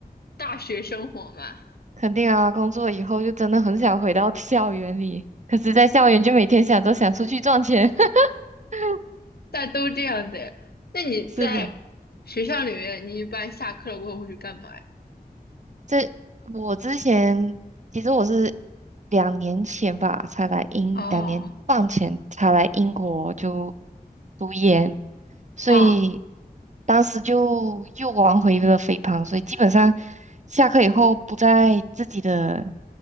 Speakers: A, on the left; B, on the right.
A: 大学生活吗？
B: 肯定啊，工作以后就真的很想回到校园里，可是，在校园就每天想着想出去赚钱。<laughs>
A: 大家都这样的。那你在学校里面，
B: 是的，
A: 你一般下课了过后会去干嘛呀？
B: 这我之前其实我是两年前吧，才来英，
A: 哦，
B: 两年半前才来英国就读研，所以
A: 啊
B: 当时就又玩回了肥胖，所以基本上下课以后不在自己的。